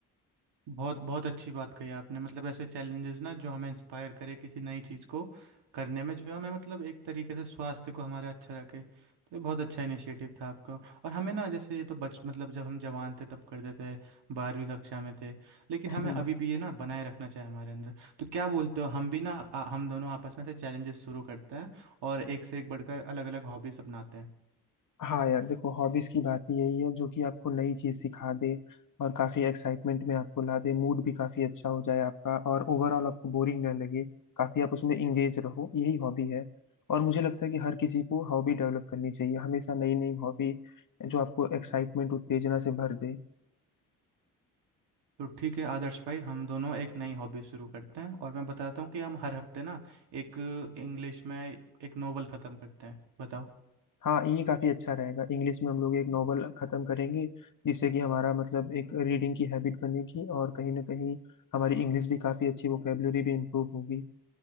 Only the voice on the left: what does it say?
हम्म
हाँ यार देखो हॉबीज की बात ही यही है जो कि आपको नई चीज सिखा दे और काफी एक्साइटमेंट में आपको ला दे मूड भी काफी अच्छा हो जाए आपका और ओवरऑल आपको बोरिंग ना लगे काफी आप उसमें इंगेज रहो यही हॉबी है और मुझे लगता है कि हर किसी को हॉबी डेवलप करनी चाहिए हमेशा नई नई हॉबी जो आपको एक्साइटमेंट उत्तेजना से भर दे
हाँ ये काफी अच्छा रहेगा इंग्लिश में हम लोग एक नॉवल खत्म करेंगे जिससे कि हमारा मतलब एक रीडिंग की हैबिट बनेगी और कहीं ना कहीं हमारी इंग्लिश भी काफी अच्छी वोकेबलरी भी इम्प्रूव होगी